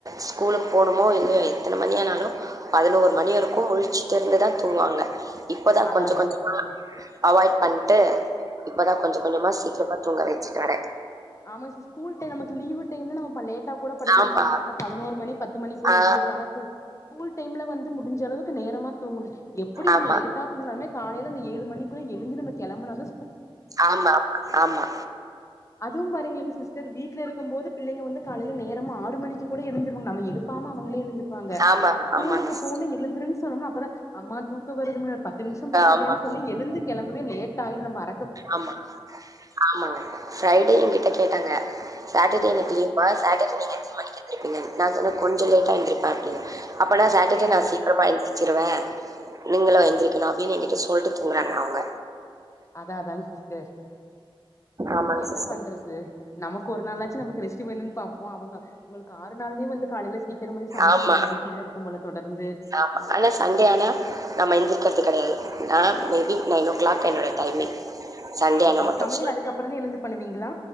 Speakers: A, on the right; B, on the left.
A: ஸ்கூலுக்கு போகணுமோ இல்லையோ எத்தனை மணி அனாலும் பதினோரு மணி வரைக்கும் முடிச்சுட்டு இருந்து தான் தூங்குவாங்க இப்போதான்
B: அதா
A: கொஞ்ச
B: அதாங்க
A: கொஞ்ச
B: சிஸ்டர்
A: அவாய்ட் பன்ட்டு இப்பதான் கொஞ்ச கொஞ்சமா சீக்கிரமா தூங்கவை ச்சடே
B: ஆமா சிஸ் ஸ்கூல் டைம் நமக்கு லீவு டைம் ரொம்ப லேட்டா கரெக்டா கூட படுக்கலங்க
A: ஆமா.
B: சார் காலையில் பதினோரு மணி பத்து மணி கூட
A: ஆ
B: எந்திரிக்கலாம ஆனா ஸ்கூல் டைம்ல வந்து முடிஞ்ச அளவு நேரமா தூங்கனு எப்டி
A: ஆமா.
B: நம்ம லேட்டா‌ துங்குனாலுமே காலைல அந்த ஏழு மணிக்கு க்கு எழுந்து நம்ம கிளம்பறாது
A: ஆமா ஆமா ஆமா
B: அதுவும் பாருங்களேங்க சிஸ்டர் வீட்ல இருக்கும்போது பிள்ளைங்க வந்து காலையில நேரம் ஆறு மணிக்கு கூட எழுந்திருவங்க நம்ம எழுப்பாம அவங்களே எழுந்து வாங்க
A: ஆமா
B: ஸ்கூலுக்கு
A: ஆமாங்க சிஸ்டர்.
B: போனு எழுந்துறுனு சொன்ன அப்பதான் அம்மா தூக்க வருது பத்து நிமிஷம் படுத்துக்கிறேன்
A: ஆமா
B: சொல்லி எழுந்து கிளம்பவே லேட் பத்து பாற
A: ஆமா ஆமாங்க ஃரைடே இங்க கிட்ட கேட்டாங்க சட்டர்டே
B: ஆ
A: எனனக்கு லிவுபா சட்டர்டே நீ எத்தனை மணி எந்தி அ நான் சொன் கொஞ்சம் லேட்டா ஆ இருந்திருப்பேன் அப்டின்னு அப்பனா சாட்டர்டே
B: சேரிங்க
A: நான் சீக்கிரமா
B: சேரிங்க
A: அனுப்பிச்சிருவேன் நீங்கள எந்திருக்கணும் அப்படின்னு எங்கிட்ட சொல்ட்டு தூங்குறாங்க அவங்க
B: அத தான்ங்க சிஸ்டர்
A: ஆமாங்க
B: என்ன
A: சிஸ்டர்.
B: பண்றது நமக்கு ஒரு நாளாச்சும் நமக்கு ரெஸ்ட் வேணும்னு பாப்போம் அவங்க உங்களுக்கு ஆறு நாளுுமே வந்து காலையில சீக்கிரமா சமைச்சு
A: ஆமா
B: குடுக்குற டியூட்டி தா இருக்கும் போல தொடர்ந்து
A: ஆமா ஆனா சண்டே ஆனா நாம எந் க்கறது கெடையாது நா மேபி நைன் ஓ கிளாக் என்னோட டைமிங் சண்டே
B: ஓ
A: ஆனா மட்டு
B: சமையல் அதுக்கப்புறந்தா எழுந்து பண்ணுவீங்களா